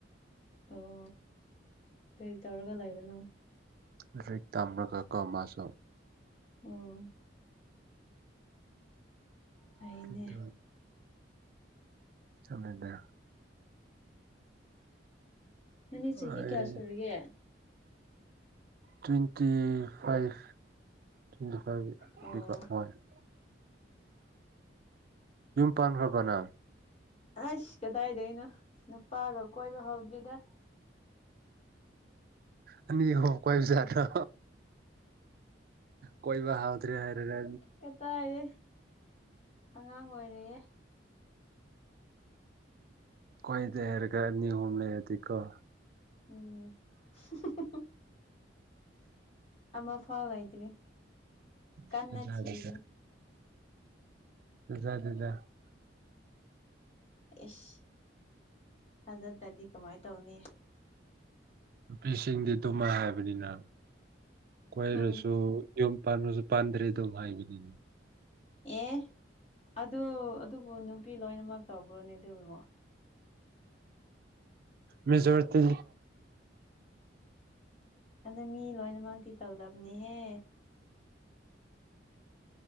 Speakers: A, on the left (about 30°); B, on the right (about 50°).
A: ꯑꯣ ꯀꯩ ꯇꯧꯔꯒ ꯂꯩꯕꯅꯣ꯫
B: ꯂꯔꯤꯛ ꯇꯝꯔꯒ ꯀꯣ ꯃꯥꯁꯨ
A: ꯑꯣ꯫ ꯐꯩꯅꯦ
B: ꯑꯗꯨꯅꯤꯗ ꯆꯝꯅꯗ
A: ꯅꯪꯗꯤ ꯆꯍꯤ
B: ꯑꯩ
A: ꯀ꯭ꯌꯥ ꯁꯨꯔꯒꯦ꯫
B: ꯇ꯭ꯋꯦꯟꯇꯤ ꯐꯥꯏꯚ ꯇ꯭ꯋꯦꯟꯇꯤꯐꯥꯏꯚ
A: ꯑꯣ
B: <unintelligible> <unintelligible> ꯌꯨꯝ ꯄꯥꯟꯈ꯭ꯔꯕꯅ
A: ꯑꯩꯁ ꯀꯗꯥꯏꯗꯒꯤꯅꯣ ꯅꯨꯄꯥꯒ ꯀꯣꯏꯕ ꯍꯧꯗ꯭ꯔꯤꯗ
B: ꯑꯅꯤ ꯑꯍꯨꯝ ꯀꯣꯏꯌꯨꯆꯣ ꯌꯥꯗ꯭ꯔꯣ ꯀꯣꯏꯕ ꯍꯥꯎꯗ꯭ꯔꯦ ꯍꯥꯏꯔꯒ
A: ꯀꯇꯥꯥꯏꯗꯩꯩ ꯑꯉꯥꯡ ꯑꯣꯏꯔꯤꯌꯦ
B: ꯀꯣꯏꯗꯦ ꯍꯥꯏꯔꯒ ꯑꯅꯤ ꯑꯍꯣꯝ ꯂꯩꯔꯗꯤꯀꯣ
A: ꯎꯝ <unintelligible> ꯑꯃ ꯐꯥꯎ ꯂꯩꯇ꯭ꯔꯤ
B: <unintelligible>
A: ꯀꯟꯅ ꯊꯤꯔꯤ
B: <unintelligible>
A: ꯑꯦꯁ ꯊꯥꯖꯗ꯭ꯔꯗꯤ ꯀꯃꯥꯏ ꯇꯧꯅꯤ
B: ꯅꯨꯄꯤꯁꯤꯡꯗꯤ ꯗꯨꯃꯥꯏ ꯍꯥꯏꯕꯅꯤꯅ ꯀꯣꯏꯔꯁꯨ
A: ꯍꯨꯝ
B: ꯌꯨꯝ ꯄꯥꯟꯕꯁꯨ ꯄꯥꯟꯗ꯭ꯔꯦ ꯑꯗꯨꯝ ꯍꯥꯏꯕꯅꯤꯅ
A: ꯑꯦ ꯑꯗꯨ ꯑꯗꯨꯕꯨ ꯅꯨꯄꯤ ꯂꯣꯏꯅꯃꯛ ꯇꯧꯕ꯭ꯔꯣꯅꯦ ꯑꯗꯨꯕꯣ
B: ꯃꯦꯖꯣꯔꯤꯇꯤ <unintelligible>
A: ꯑꯗꯣ ꯃꯤ ꯂꯣꯏꯅꯃꯛꯇꯤ ꯇꯧꯗꯕꯅꯦꯍꯦ